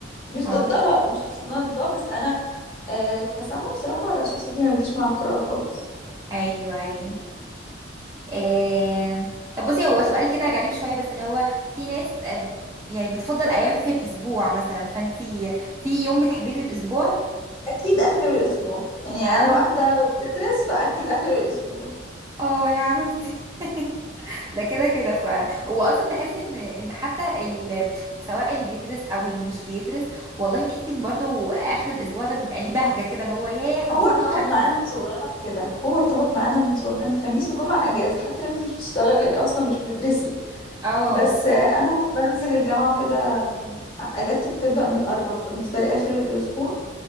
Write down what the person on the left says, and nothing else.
مش
ضدها مش قصدي ان انا ضدها بس انا آه كسامة بصراحة لا شخصيتي ما بتجيش مع القراءة خالص
اكيد اخر الاسبوع يعني
انا واحده بتدرس فاكيد اخر الاسبوع
هو
ارتبط
معانا من صغرنا بكده هو ارتبط معانا من صغرنا خميس وجمعه اجازه حتى لو انت مش بتشتغلي اصلا مش بتدرسي
بس آه، انا بنزل الجامعه وكده م، اجازتي بتبدا من الاربع فبالنسبه لي اخر الاسبوع